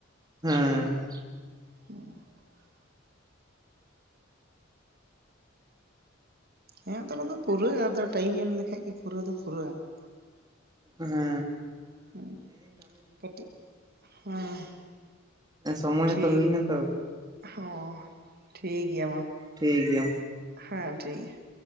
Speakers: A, on the right; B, on the right.
A: ᱦᱮᱸ ᱾
B: ᱦᱮᱸ ᱾ <unintelligible> ᱦᱮᱸ ᱟᱫᱚ ᱚᱱᱟ ᱫᱚ ᱯᱩᱨᱟᱹᱜᱼᱟ ᱟᱫᱚ ᱴᱟᱭᱤᱢ ᱮᱢ ᱞᱮᱠᱷᱟᱡ ᱜᱮ ᱯᱩᱨᱟᱹ ᱫᱚ ᱯᱩᱨᱟᱹᱜᱼᱟ ᱾
A: ᱦᱮᱸ ᱾
B: ᱦᱮᱸ ᱠᱟᱹᱴ ᱦᱮᱸ <unintelligible>
A: ᱥᱚᱢᱚᱭ ᱦᱚᱸᱛᱚ
B: ᱴᱷᱤᱠ
A: ᱦᱩᱭᱱᱟ ᱛᱚ ᱾
B: ᱦᱚᱸ ᱴᱷᱤᱠ ᱜᱮᱭᱟ ᱢᱟ
A: ᱴᱷᱤᱠ ᱜᱮᱭᱟ
B: ᱾ ᱦᱮᱸ ᱴᱷᱤᱠ ᱜᱮᱭᱟ ᱾